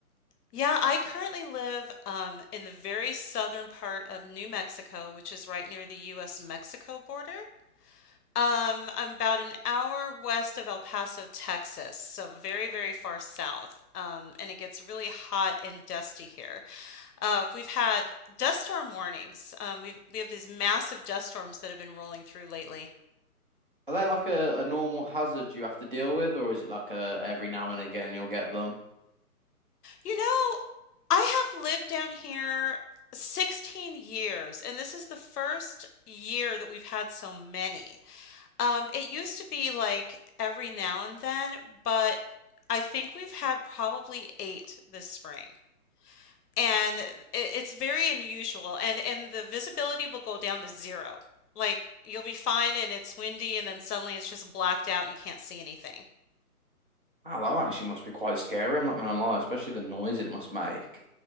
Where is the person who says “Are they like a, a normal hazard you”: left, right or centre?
Right